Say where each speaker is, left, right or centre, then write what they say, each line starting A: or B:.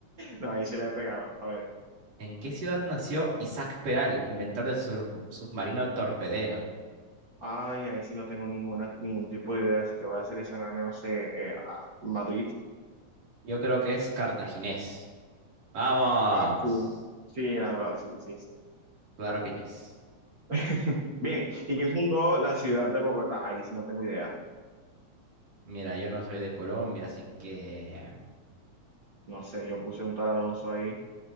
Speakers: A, on the right; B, on the right.
A: No, ahí se la he pegado. A ver.
B: ¿En qué ciudad nació Isaac Peral, inventor del sur- submarino torpedero?
A: Ay, ahí sí no tengo ninguna, ningún tipo de idea, así que voy a seleccionar, no sé, eh, a- Madrid.
B: Yo creo que es cartaginés. ¡Vamos!
A: Ah, sí. Sí, la verdad, sí, sí, sí.
B: Claro que yes.
A: <laughs> Bien, ¿y quién fundó la ciudad de Bogotá? Ahí sí no tengo idea.
B: Mira, yo no soy de Colombia, así que
A: No sé, yo puse un tal Alonso ahí.